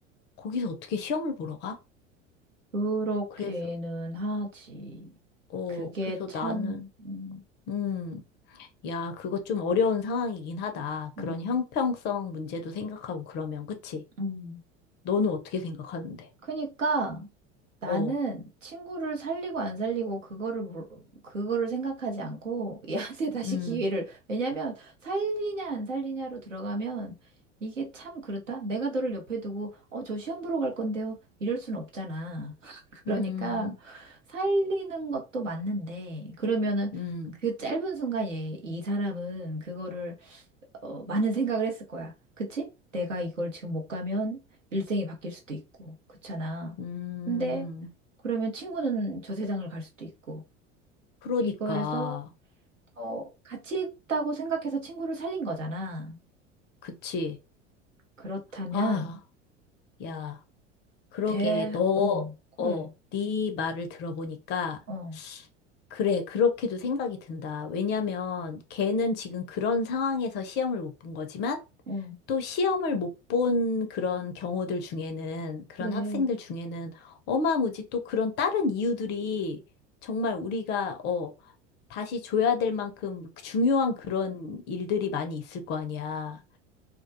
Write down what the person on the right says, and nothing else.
그렇기는
하지.
그게
참,
음,
음,
음.
그러니까 나는
친구를 살리고 안 살리고 그거를 물- 그거를 생각하지 않고 얘한테 <laughs> 다시
기회를 왜냐면 살리냐 안 살리냐로 들어가면 이게 참 그렇다. 내가 너를 옆에 두고 어, 저 시험 보러 갈 건데요. 이럴 순 없잖아. <laughs> 그러니까
살리는 것도 맞는데 그러면은
그 짧은 순간 얘, 이 사람은 그거를 어, 많은 생각을 했을 거야. 그치? 내가 이걸 지금 못 가면 일생이 바뀔 수도 있고, 그렇잖아.
근데 그러면 친구는 저 세상을 갈 수도 있고,
이거에서 어, 같이 있다고 생각해서 친구를 살린 거잖아.
그렇다면
대,
어, 그래,
어,
어,
그래.